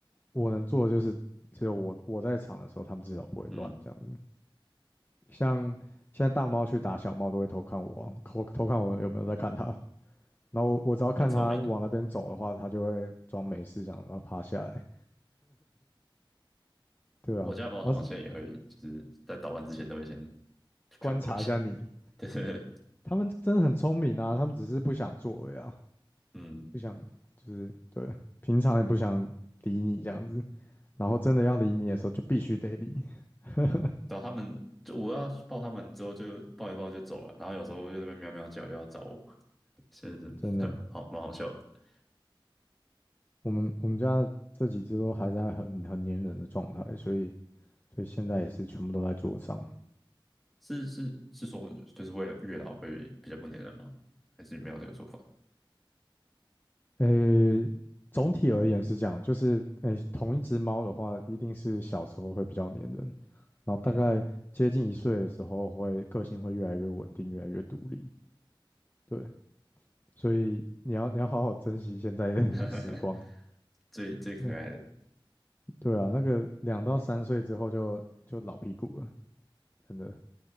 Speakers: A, on the left; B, in the centre.
A: 我能做的就是，只有我我在场的时候，他们至少不会乱这样子。
B: 嗯，
A: 像现在大猫去打小猫，都会偷看我啊偷偷看我有没有在看它。然后我我只要看它往那边走的话，
B: 蛮聪明的。
A: 它就会装没事这样，然后趴下来，对啊。
B: 我家的猫好像现在也会，
A: 然后是
B: 就是在捣乱之前都会先
A: 观察一下你，
B: 看我一下，<laughs> 对对对，
A: 他们真的很聪明啊，他们只是不想做而已啊。
B: 嗯，
A: 不想，就是对，平常也不想理你这样子，然后真的要理你的时候就必须得理，<laughs>
B: 找他们就我要抱他们之后就抱一抱就走了，然后有时候又在那边喵喵叫，又要找我，就是
A: 真的，
B: <laughs> 好蛮好笑的。
A: 我们我们家这几只都还在很很粘人的状态，所以所以现在也是全部都在桌上。
B: 是是是说，就是为了月老会比较不粘人吗？还是没有这个说法？
A: 呃，总体而言是这样，就是呃，同一只猫的话，一定是小时候会比较粘人，然后大概接近一岁的时候会个性会越来越稳定，
B: 嗯，
A: 越来越独立，对，所以你要你要好好珍惜现在的
B: <laughs>
A: <laughs> 时光。
B: 最最可爱的。
A: 那对啊，那个两到三岁之后就就老屁股了，真的